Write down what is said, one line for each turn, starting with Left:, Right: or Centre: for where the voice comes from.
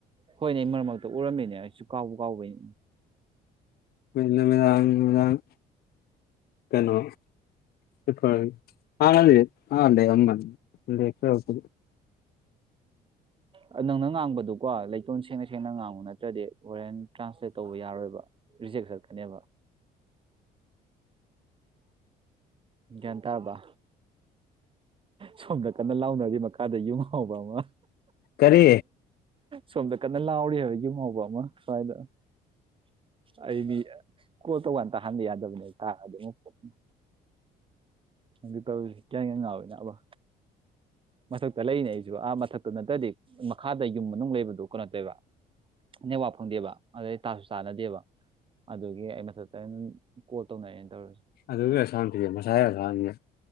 Right: ꯍꯣꯏꯅꯦ ꯃꯔꯛ ꯃꯔꯛꯇ ꯎꯔꯝꯃꯤꯅꯦ ꯑꯩꯁꯨ ꯀꯥꯎꯕ ꯀꯥꯎꯕꯩ
Left: ꯃꯂ ꯃꯗꯥꯥꯡ ꯃꯗꯥꯥꯡ ꯀꯩꯅꯣ ꯑꯦ ꯑ ꯂꯩꯦ ꯑꯃ ꯗꯦꯁꯤ
Right: ꯑꯣꯝ ꯅꯪꯅ ꯉꯥꯡꯕꯗꯨꯀꯣ ꯂꯩꯇꯣꯟ ꯁꯦꯡꯅ ꯁꯦꯡꯅ ꯉꯥꯡꯕ ꯅꯠꯇ꯭ꯔꯗꯤ ꯍꯣꯔꯦꯟꯦꯟ ꯇ꯭ꯔꯥꯟꯁꯂꯦꯠ ꯇꯧꯕ ꯌꯥꯔꯣꯏꯕ ꯔꯤꯖꯦꯛ ꯁꯥꯠꯀꯅꯦꯕ ꯒ꯭ꯌꯥꯟ ꯇꯥꯔꯕ ꯁꯣꯝꯗ ꯀꯟꯅ ꯂꯥꯎꯅꯔꯤ ꯃꯈꯥꯗ ꯌꯨꯝ ꯍꯥꯎꯕ ꯑꯃ
Left: ꯀꯔꯤ
Right: ꯁꯣꯝꯗ ꯀꯟꯅ ꯂꯥꯎꯔꯤ ꯍꯥꯏꯕ ꯌꯨꯝ ꯍꯥꯎꯕ ꯑꯃ ꯁ꯭ꯋꯥꯏꯗ ꯑꯩꯗꯤ ꯀꯣꯜ ꯇꯧꯀꯥꯟ ꯇ ꯍꯟꯗ ꯌꯥꯗꯕꯅꯦ ꯇꯥꯔꯑꯗꯤ ꯑꯃꯨꯛ ꯍꯪꯗꯤ ꯇꯧꯔꯤꯁꯤ ꯀꯌꯥ ꯀꯌꯥ ꯉꯥꯎꯋꯦꯅꯦ ꯑꯕ ꯃꯊꯛꯇ ꯂꯩꯅꯦ ꯑꯩꯁꯨ ꯑꯥ ꯃꯊꯛꯇ ꯅꯠꯇ꯭ꯔꯗꯤ ꯃꯈꯥꯗ ꯌꯨꯝ ꯃꯅꯨꯡ ꯂꯩꯕꯗꯨ ꯀꯩꯅꯣ ꯇꯕ ꯅꯦꯛꯋꯥ ꯐꯪꯗꯦꯕ ꯑꯗꯨꯗ ꯇꯥꯁꯨ ꯆꯥꯅꯗꯦꯕ ꯑꯗꯨꯒꯤ ꯑꯩ ꯃꯊꯛꯇꯩꯅ ꯀꯣꯜ ꯇꯧꯅꯔꯩꯅ ꯇꯧꯔꯁꯤꯦ
Left: ꯑꯗꯨ ꯎ ꯁꯥꯟꯇꯤꯦ ꯃꯁꯥ ꯁꯥꯟꯤꯦ